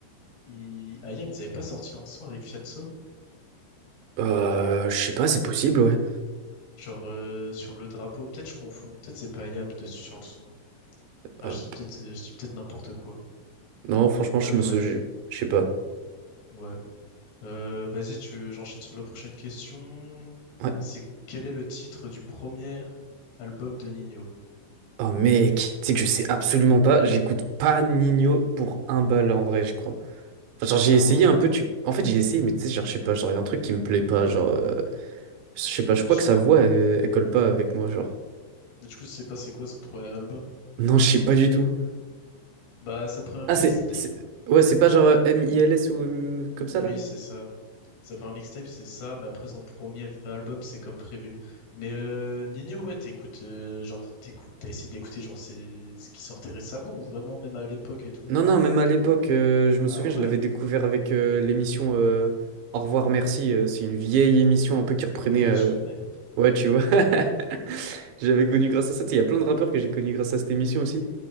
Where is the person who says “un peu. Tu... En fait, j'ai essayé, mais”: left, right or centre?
Right